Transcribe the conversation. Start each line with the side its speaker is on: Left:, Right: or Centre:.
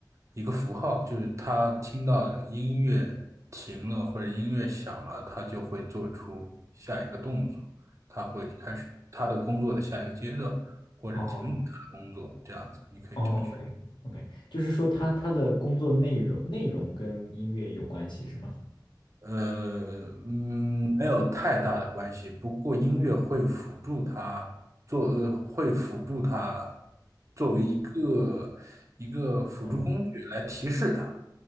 Right: 一个符号，就是他听到音乐停了或者音乐响了，他就会做出下一个动作，他会开始他的工作的下一个阶段，或者停止他的工作，
Left: 哦
Right: 这样子，你可以这么去。
Left: 哦，OK OK，就是说他他的工作内容内容跟音乐有关系是吗？
Right: 呃，嗯，没有太大的关系。不过音乐会辅助他做，呃，会辅助他作为一个一个辅助工具来提示他。
Left: 嗯，